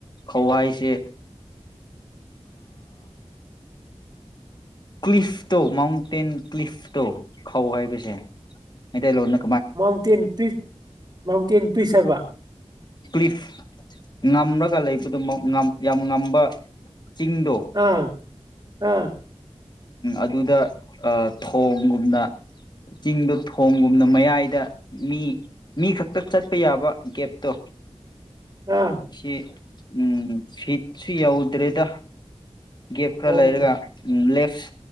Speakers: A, on the left; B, on the right.
A: ꯈꯧ ꯍꯥꯏꯁꯦ ꯀ꯭ꯂꯤꯐꯇꯣ ꯃꯥꯎꯟꯇꯦꯟ ꯀ꯭ꯂꯤꯐꯇꯣ ꯈꯧ ꯍꯥꯏꯕꯁꯦ ꯃꯩꯇꯩꯂꯣꯟ ꯅ
B: ꯃꯥꯎꯟꯇꯦꯟ ꯄꯤ ꯃꯥꯎꯟꯇꯦꯟ ꯄꯏꯁꯕ
A: ꯀ꯭ꯂꯤꯞ ꯉꯝꯂꯒ ꯂꯩꯕꯗꯨꯃꯛ ꯌꯥꯝ ꯉꯝꯕ ꯆꯤꯡꯗ
B: ꯑꯥ ꯑꯥ
A: ꯑꯗꯨꯗ ꯊꯣꯡꯒꯨꯝꯅ ꯆꯤꯡꯗꯣ ꯊꯣꯡꯒꯨꯝꯅ ꯃꯌꯥꯏꯗ ꯃꯤ ꯃꯤ ꯈꯛꯇ ꯆꯠꯄ ꯌꯥꯕ ꯒꯦꯞꯇꯣ
B: ꯑꯥ
A: ꯁꯤ ꯎꯝ ꯐꯤꯠꯁꯨ ꯌꯧꯗ꯭ꯔꯦꯗ ꯒꯦꯞ ꯈꯔ
B: ꯑꯣ
A: ꯂꯩꯔꯒ ꯂꯦꯐ